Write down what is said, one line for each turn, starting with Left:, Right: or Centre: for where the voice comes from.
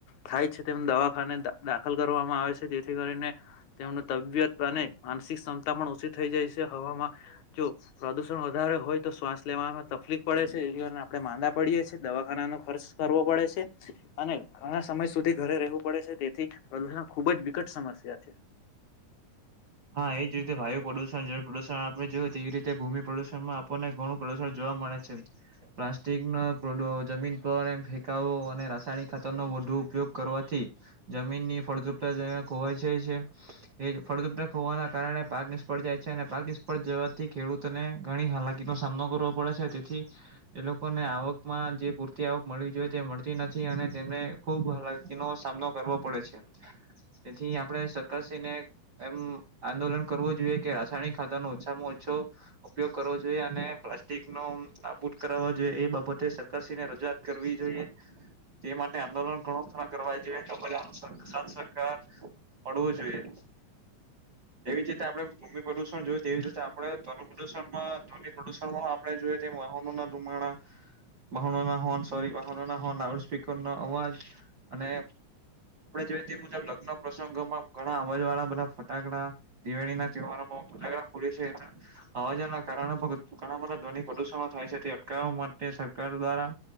Left: થાય છે તેમ દવાખાને દાખલ કરવામાં આવે છે જેથી કરીને તેમનું તબિયત અને માનસિક ક્ષમતા પણ ઓછી થઈ જાય છે હવામાં જો પ્રદુષણ વધારે હોય તો શ્વાસ લેવામાં તકલીફ પડે છે એ આપડણે માંદા પડીએે છીએ દવાખાના નો ખર્ચ કરવો પડે છે અને ઘણા સમય સુધી ઘરે રહેવું પડે છે તેથી પ્રદૂષણ ખુબ જ વિકટ સમસ્યા છે
Right: હા એ જ રીતે વાયુ પ્રદુષણ જળ પ્રદુષણ આપણે જોયું તે એવી રીતે ભૂમિ પ્રદુષણમાં આપને ઘણું પ્રદુષણ જોવા મળે છે પ્લાસ્ટિક ના બડો જમીન પર ફેકાઓ અને રાસાયણિક ખાતર નો વધુ ઉપયોગ કરવાથી જમીનની ફળદ્રુ ખોવાઇ જાય છે ફળદ્રુપતા હોવાના કારણે પાક નિષ્ફળ જાય છે અને પાક નિષ્ફળ જવાથી ખેડૂતોને ઘણી હાલાકીનો સામનો કરો પડે છે તેથી એ લોકોને આવક માં જે પૂરતી આવક મળવી જોઈએ તે મળતી નથી અને તેમને ખુબ હાલાકીનો સામનો કરવો પડે છે <inaudible> તેથી આપણે સરકારને શ્રીને એમ આંદોલન કરવું જોઈએ કે રાસાયણિક ખાતા ન ઓછામાં ઓછો ઉપયોગ કરવો જોઈએ અને પ્લાસ્ટિક નો નાબૂટ કરાવ જોઈએ એ બાબતે સરકાર શ્રીને રજુઆ કરવી જોઈએ તે માટે આંદોલન ઘણો થ કરવા જોઈએ તો બધા પડવું જોઈએ. એવી જ રીતે આપડણે ભૂમિ પ્રદુષણ જોયું તેવી જ રીતે આપણે ધ્વન પ્રદુષણમાં ધ્વનિ પ્રદુષણમાં આપણે જે વાહનોના ધુમાડા <inaudible> વાહનોના હોર્ન નો અવાજ અને આપડે જોઈએ તે મુજબ લગ્ન પ્રસંગોમાં ઘણા અવાજ વાળા બધા ફટાકડા દિવાળી ના તહેવારોમાં હજાગડા ફોડીએ છે એને હવાજના કારણે પણ ઘણા બધા ધ્વિની પ્રદુષણો થાય છે તે અટકાવવા માટે સરકાર દ્વારા